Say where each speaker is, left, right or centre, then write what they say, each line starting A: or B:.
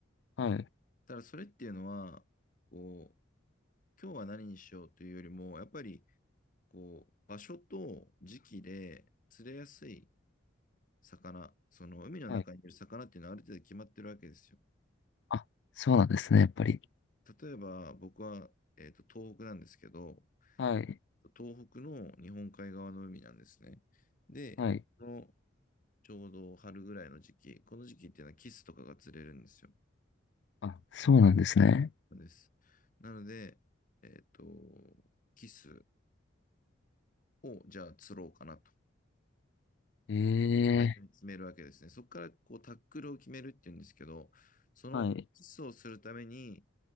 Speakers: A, on the left; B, on the left.
A: はい。
B: ただ、それっていうのは、こう、今日は何にしようというよりも、やっぱり、こう、場所と時期で釣れやすい魚、その海の中にいる魚っていうのはある程度決まってるわけですよ。
A: はい。あ、そうなんですね、やっぱり。
B: 例えば僕は、えーと、東北なんですけど、
A: はい。
B: 東北の日本海側の海なんですね。で、
A: はい。
B: このちょうど春ぐらいの時期、この時期っていうのはキスとかが釣れるんですよ。
A: あ、そうなんですね。
B: です。なので、えっと、キスをじゃあ釣ろうかなと。
A: ええ
B: 最初に決めるわけですね。そこからこうタックルを決めるっていうんですけど、そのキスをするために、
A: はい。